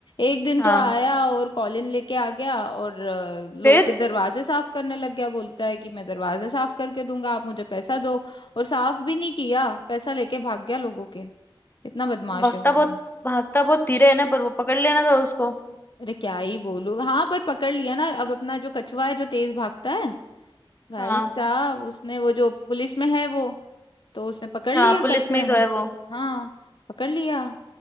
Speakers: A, on the left; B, on the left.
A: एक दिन
B: हाँ
A: तो आया और कॉलिन लेके आ गया और अ, लोगों
B: फिर
A: के दरवाजे साफ करने लग गया बोलता है कि मैं दरवाजे साफ करके दूंगा आप मुझे पैसा दो और साफ भी नहीं किया पैसा लेके भाग गया लोगों के इतना बदमाश
B: भागता
A: है वो भी
B: बहुत भागता बहुत धीरे है ना पर वो पकड़ लेना था उसको
A: अरे क्या ही बोलू हाँ पर पकड़ लिया ना अब अपना जो कछुआ है जो तेज भागता है भाई
B: हाँ
A: साहब उसने वो जो पुलिस में है वो तो उसने पकड़
B: हाँ
A: लिया
B: पुलिस
A: कछुए
B: में ही
A: ने
B: तो है वो
A: हाँ पकड़ लिया